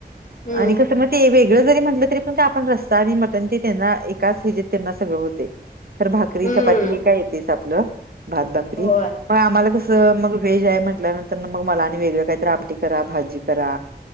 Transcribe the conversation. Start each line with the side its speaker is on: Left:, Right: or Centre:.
Left: हम्म
Right: आणि कसं म ते वेगळं जरी म्हटलं तरी पण का आपण रस्ता आणि मटण ते त्यांना एकाच हेजेत त्यांना सगळं होते
Left: <unintelligible>
Right: खरं भाकरी
Left: हम्म
Right: चाती हे काय येते आपलं भात भाकरी
Left: होय
Right: मग आम्हाला कस मग व्हेज आहे म्हटल्यानंतर मग मला आणि वेगळ काही त्रापटी करा भाजी करा